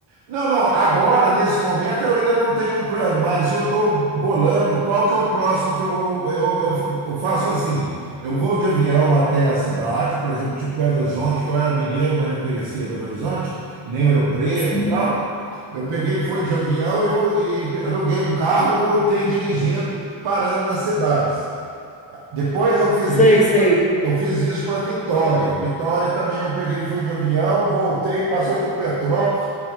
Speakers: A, on the right; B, on the left.
A: Não, não, agora, nesse momento, eu ainda não tenho um plano, mas eu estou bolando qual que é o próximo que eu vou. Eu, eu, eu faço assim: eu vou de avião até a cidade, por exemplo, tipo Belo Horizonte, que eu era mineiro, mas não conhecia Belo Horizonte, e nem Ouro Preto
B: Sim.
A: e tal. Eu peguei, fui de avião e, vou, e aluguei um carro e voltei dirigindo, parando nas cidades. Depois eu fiz
B: Sei,
A: isso
B: sei.
A: eu fiz isso para Vitória. Vitória também eu peguei, fui de avião, voltei, passei por Petrópolis,